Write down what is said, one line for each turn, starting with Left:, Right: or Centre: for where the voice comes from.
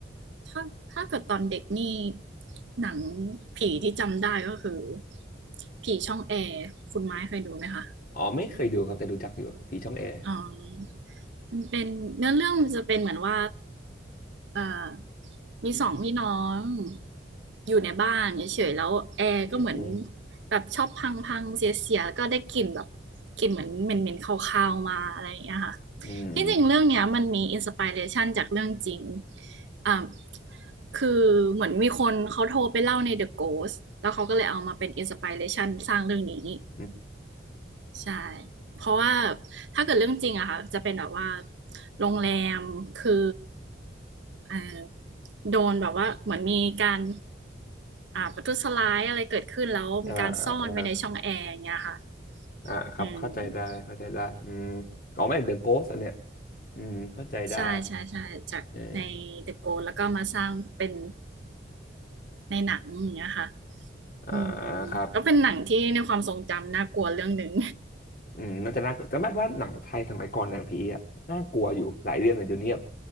Right: ถ้าถ้าเกิดตอนเด็กนี่หนังผีที่จำได้ก็คือผีช่องแอร์คุณไม้เคยดูไหมคะ
Left: อ๋อไม่เคยดูครับแต่รู้จักอยู่ผีช่องแอร์
Right: อ๋อมันเป็นเนื้อเรื่องมันจะเป็นเหมือนว่าเอ่อมีสองพี่น้องอยู่ในบ้านเฉยๆ แล้วแอร์ก็เหมือน
Left: อืมอืม
Right: แบบชอบพังพังเสียเสียๆ แล้วก็ได้กลิ่นแบบกลิ่นเหมือนเหม็นเหม็นคาวๆมาอะไรอย่างเงี้ยค่ะ
Left: อืม
Right: ที่จริงเรื่องเนี้ยมันมีอินสปิเรชันจากเรื่องจริงอ่าคือเหมือนมีคนเขาโทรไปเล่าใน The Ghost แล้วเขาก็เลยเอามาเป็นอินสปิเรชันสร้างเรื่องนี้
Left: อืม
Right: ใช่ เพราะว่าถ้าเกิดเรื่องจริงอะค่ะจะเป็นแบบว่าโรงแรมคืออ่าโดนแบบว่าเหมือนมีการอ่าประทุษร้ายอะไรเกิดขึ้นแล้วมีการซ่อนไว้ในช่องแอร์อย่างเงี้ยค่ะ
Left: อ่าอ่าอ่าครับเข้าใจได้เข้าใจได้อืม
Right: อืม
Left: อ๋อไม่เดอะโกสต์อันเนี้ยอืมเข้าใจได้
Right: ใช่ใช่ใช่จากใน
Left: เออ
Right: The Ghost แล้วก็มาสร้างเป็นในหนังอย่างเงี้ยค่ะ
Left: อ่า
Right: อืม
Left: ครับ
Right: ก็เป็นหนังที่ในความทรงจำน่ากลัวเรื่องหนึ่ง
Left: อืมน่าจะน่ากลัวแต่แม้ว่าหนังไทยสมัยก่อนหนังผีอ่ะน่ากลัวอยู่หลายเรื่องเลยเดี๋ยวนี้แบบ